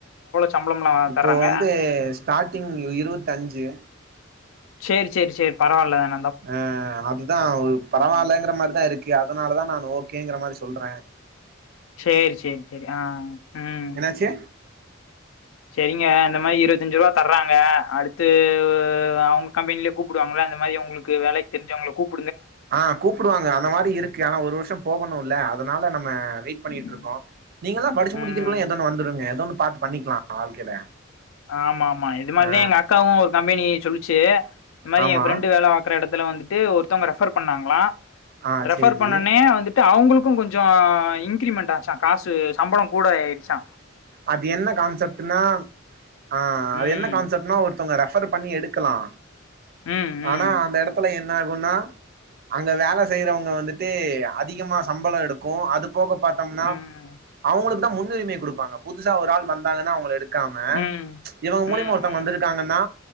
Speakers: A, on the left (about 70°); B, on the right (about 50°).
A: சம்பளம்லாம்
B: இப்போ
A: தர்றாங்க?
B: வந்து ஸ்டாடிங் இருவத்தஞ்சு
A: சேரி சேரி சேரி பரவால்ல தான்
B: அ அதுதா ஒரு பரவால்லங்குற
A: ம்.
B: மாரிதா இருக்கு அதனாலதா நானு ஓகேங்குற மாரி சொல்ற
A: சேரி சேரி சேரி ஆ ம்
B: என்னாச்சு
A: சேரிங்க இந்த மாரி இருவத்தஞ்சு ரூவா தர்றாங்க அடுத்து அவுங்க கம்பெனிலயே கூப்புடுவாங்கள அந்த மாரி உங்களுக்கு வேலைக் தெருஞ்சவங்கள கூப்
B: ஆ கூப்டுவாங்க அந்த மாரி இருக்கு ஆனா ஒரு வருஷம் போகணுல்ல அத் அதனால நம் நம்ம வெயிட் பண்ணிட்ருக்கோ
A: ம்
B: நீங்கல்லா படுச்சு முடிக்குறகுள்ள
A: ம்.
B: எதோ ஒன்னு வந்துருங்க எதோன்னு பாத்து பண்ணிக்கலா வாழ்க்கைல
A: ஆமா ஆமா இது மாரிதே
B: ஆ
A: எங்க அக்காவு ஒரு கம்பெனி சொல்லுச் ச்சு இந்த மாரி
B: ஆமா
A: எ ஃப்ரெண்டு வேல பாக்குற எடத் அதுல வன்ட்டு ஒருத்தவங்க ரெஃபர் பண்ணாங்களா
B: ஆ
A: ரெஃபர்
B: சேரி
A: பண்ணொன்னே வந்துட்டு அவுங்களுக்கு கொஞ்சோ அ இன்கிரிமெண்ட் ஆச்சா காசு சம்பளோ கூட ஆயிருச்சா
B: அது என்ன கான்செப்ட்ன்னா அ அது
A: ம்
B: என்ன கான்செப்ட்னா ஒருத்தவங்க ரெஃபர் பண்ணி எடுக்கலா
A: ம்
B: ஆனா
A: ம்
B: அந்த எடத்துல என்ன ஆகுன்னா அங்க வேல செய்றவங்க வந்துட்டு அதிகமா சம்பளோ எடுக்கு அது போக பாத்தம்னா
A: ம்
B: அவுங்களுக் க்கு தா முன்னுரிமை குடுப்பாங்க புதுசா ஒரு ஆள் வந்தாங்கன்னா அவுங்கள எடுக் க்காம
A: ம் ம்
B: இவுங்க மூலியமா
A: ம்
B: ஒருத்தவங்க
A: ம்
B: வந்துருக்காங்கன்னா